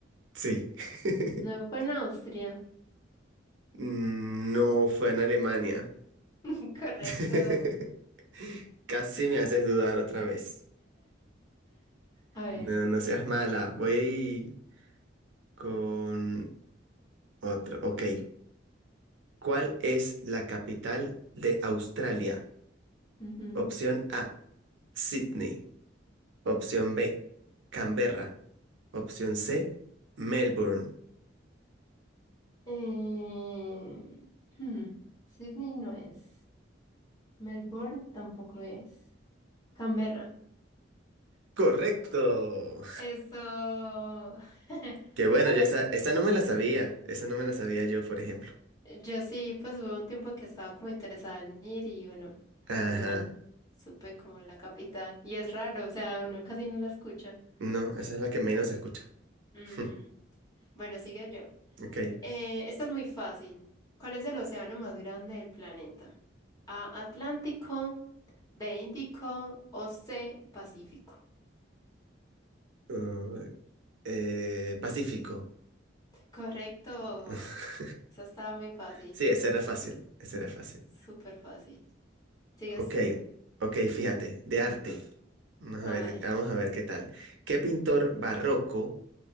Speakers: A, on the right (about 75°); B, on the left (about 20°).
A: Sí. <laughs>
B: no fue en Austria.
A: No fue en Alemania.
B: <laughs> Correcto.
A: <laughs>
B: <laughs>
A: Casi me haces dudar otra vez.
B: A ver.
A: No, no seas mala. Voy con otro. Ok, ¿cuál es la capital de Australia?
B: Ujú.
A: Opción A, Sydney. Opción B, Canberra. Opción C, Melbourne.
B: Eh, hmm, Sydney no es. Melbourne tampoco es. Canberra.
A: Correcto.
B: Eso. <laughs> A
A: Que bueno,
B: ver,
A: yo esa, esa no me la sabía. Esa no me la sabía yo, por ejemplo.
B: yo sí, pues hubo un tiempo que estaba como interesada en ir y bueno,
A: Ajá.
B: al final supe como la capital. Y es raro, o sea, uno casi no la escucha.
A: No, esa es la que menos escucho.
B: Mm,
A: <laughs>
B: bueno, sigue yo.
A: Ok.
B: Eh, esta es muy fácil. ¿Cuál es el océano más grande del planeta? A, Atlántico, B, Índico o C, Pacífico.
A: Uh, eh, Pacífico.
B: Correcto.
A: <laughs>
B: Esa está muy fácil,
A: Sí, esa era fácil. Esa era fácil.
B: súper fácil. Sigues
A: Ok.
B: tú.
A: Ok, fíjate. De arte. Vamos a
B: A
A: ver,
B: ver.
A: vamos a ver qué tal. ¿Qué pintor barroco